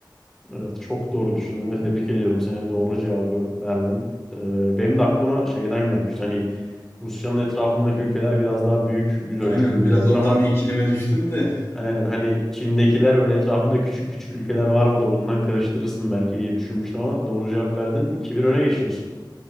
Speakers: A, in the centre; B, on the left.
A: Evet çok doğru düşündüm ve tebrik ediyorum seni. Doğru cevabı verdin. Ee, benim de aklıma şeyden gelmişti. Hani Rusya'nın etrafındaki ülkeler biraz daha büyük yüz ölçümlü
B: Aynen
A: ülkeler
B: biraz ondan
A: ama
B: bir ikilime düştüm de.
A: aynen hani Çin'dekiler böyle etrafında küçük küçük ülkeler var mıdır ondan karıştırırsın belki diye düşünmüştüm ama doğru cevap verdin. 2 bir öne geçiyorsun.